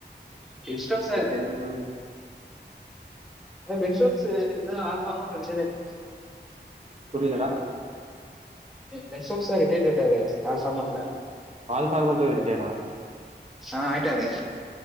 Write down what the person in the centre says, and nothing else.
ஸ்டோக்ஸ்சே
அ பென் ஸ்டோக்ஸ்சு தா ஹால் ஃபார்மேட்டுல ரிட்டயர்டு ஆயிட்டாரே
பென் ஸ்டோக்ஸ்சு தா ரிட்டேராய்டாரே ஹால் ஃபார்மெட்ல
ஆ ஆயிட்டாரே